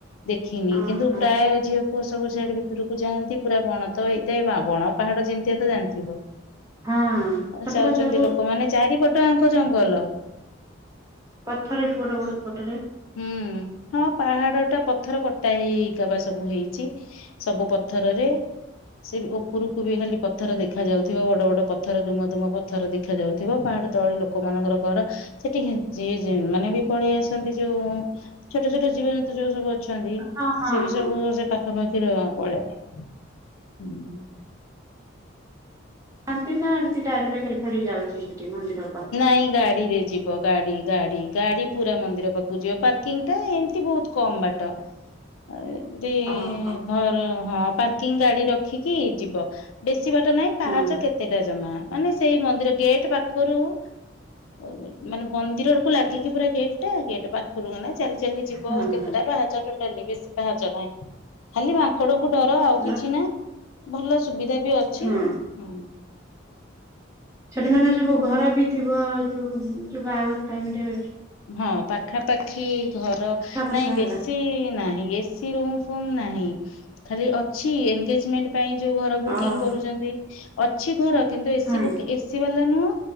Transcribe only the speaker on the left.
ଦେଖିନି
କିନ୍ତୁ ପ୍ରାୟ ଝିଅ ପୁଅ ସବୁ ସିଆଡେ ଭିତରକୁ ଯାଆନ୍ତି ପୁରା ବଣ ତ ହେଇଥାଏ ବା ବଣ ପାହାଡ ଯେମିତିଆ ତ ଜାଣିଥିବ।
ଯାଉଛନ୍ତି
ଲୋକମାନେ ଚାରିପଟ ଆଙ୍କ ଜଙ୍ଗଲ।
ହୁଁ ହଁ ପାହାଡ ଟା ପଥର କଟା ହେଇ ହେଇକା ବା ସବୁ ହେଇଛି। ସବୁ ପଥରରେ ସେ ଉପରକୁ ବି ଖାଲି ପଥର ଦେଖି ଖାଯାଉଥିବ ବଡ଼ ବଡ଼ ପଥର ଧୁମଧୁମ ପଥର ଦେଖାଯାଉଥିବ ପାହାଡ଼ ତଳେ ଲୋକମାନଙ୍କର ଘର ସେଠି ହେଞ୍ଚେ ଯେ ମାନେ ବି ପଳେଇ ଆସନ୍ତି। ଯୋଉ ଛୋଟ ଛୋଟ ଜୀବ ଜନ୍ତୁ ଯୋଉ ସବୁ ଅଛନ୍ତି
ସେ ବି
ସବୁ ସେ ପା ପାଖ ପାଖି ରେ ହଁ ପଳେଇ ଆ ହୁଁ।
ନାଇଁ ଗାଡିରେ ଯିବ। ଗାଡି ଗାଡି ଗାଡି ପୁରା ମନ୍ଦିର ପାଖକୁ ଯିବ ପାର୍କିଂ ଟା ଏମିତି ବହୁତ୍ କମ୍ ବାଟ। ଆଉ ଏମତି
ଘର ହଁ ପାର୍କିଂ ଗାଡି ରଖିକି ଯିବ ବେଶୀ ବାଟ ନାହିଁ ପାହାଚ
କେତେ କେତେଟା ଜମା ମାନେ ସେଇ ମନ୍ଦିର ଗେଟ୍ ପାଖରୁ କୋଉ ଗେଟ୍ ମାନେ ବନ୍ଦିର କୁ ଲାଗିକି ପୁରା ଗେଟ୍ ଟା ଗେଟ୍ ପା ପାଖରୁ ଜଣେ ଚାଲି ଚାଲି ଯିବ
କେତେଟା
ପାହାଚ ଟୋଟାଲି ବେଶୀ ପାହାଚ ନାହିଁ। ଖାଲି ମାଙ୍କଡ କୁ ଡର ଆଉ
କିଛି ନାହିଁ ଭଲ ସୁବିଧା ବି ଅଛି
ହୁଁ।
ହଁ ପାଖାପାଖି ଘର
ନାଇଁ
ବେଶୀ ନାହିଁ। ସେ ରୁମ୍ ଫୁମ୍ ନାହିଁ ଖାଲି ଅଛି ଏଙ୍ଗେଞ୍ଜମେଣ୍ଟ ପାଇଁ ଯୋଉ ଘର ବୁକିଂ
କରୁଛନ୍ତି ଅଛି ଘର କିନ୍ତୁ ଏସି
ବୁକ୍ ଏସି ଏସି ବାଲା ନୁହଁ